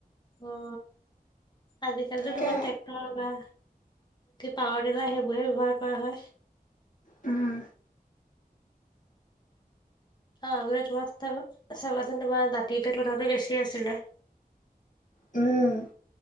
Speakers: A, on the left (about 30°); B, on the left (about 55°).
A: অ আজিকালিতো
B: তাকে
A: তোমাৰ ট্ৰেক তৰ বা পাৱাৰ টিলাৰ সেইবোৰহে ব্যৱহাৰ কৰা হয়।
B: উম।
A: অ আগতে তোমাৰ চ চাবাচোন তোমাৰ দাঁতি <inaudible> কথাতটো বেছি আছিলে।
B: উম।